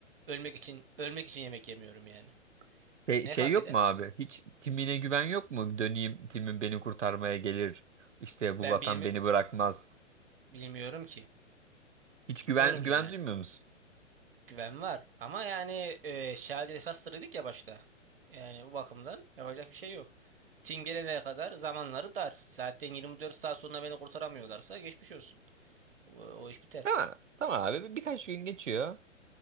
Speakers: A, on the right (about 45°); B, on the right (about 70°).
A: Ölmek için ölmek için yemek yemiyorum yani.
B: Şey,
A: Ne
B: şey
A: fark
B: yok
A: eder?
B: mu abi? Hiç timine güven yok mu? Döneyim timim beni kurtarmaya gelir. İşte bu
A: Ben
B: vatan
A: bilmi
B: beni bırakmaz.
A: bilmiyorum ki.
B: Hiç
A: Bilmiyorum
B: güven
A: yani.
B: güven duymuyor musun?
A: Güven var. Ama yani e, şahane esas dedik ya başta. Yani bu bakımdan yapacak bir şey yok. Tim gelene kadar zamanları dar. Zaten 24 saat sonra beni kurtaramıyorlarsa geçmiş olsun. O, o iş biter.
B: Tamam. Tamam abi. Birkaç gün geçiyor.